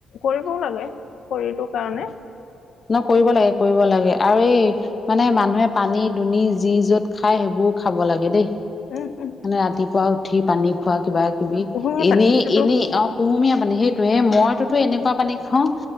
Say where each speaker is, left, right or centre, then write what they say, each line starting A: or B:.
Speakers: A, on the left; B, on the left.
A: কৰিবও লাগে শৰীৰটোৰ কাৰণে
B: নকৰিব লাগে, কৰিব লাগে, আৰু এই মানে মানুহে পানী দুনি যি য'ত খাই, সেইবোৰ খাব লাগে দেই
A: উম,
B: মানে, ৰাতিপুৱা উঠি পানী খোৱা কিবা কিবি
A: কুহুমীয়া
B: এনেই
A: পানী সেইটোতো
B: এনেই অ', কুহুমীয়া পানী, সেইটোয়ে মইতোতো এনেকুৱা পানী খাওঁ,